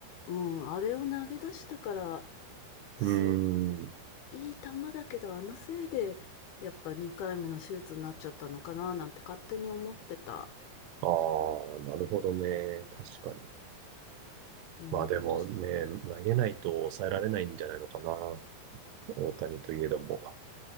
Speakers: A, on the left; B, on the right.
A: うん、あれを投げ出したから、す、
B: うん。
A: いい球だけど、あのせいで、やっぱ2回目の手術になっちゃったのかななんて勝手に思ってた。
B: ああ、なるほどね。確かに。
A: うん、
B: まあでもね、
A: 今年
B: 投げないと抑えられないんじゃないのかな。大谷といえども。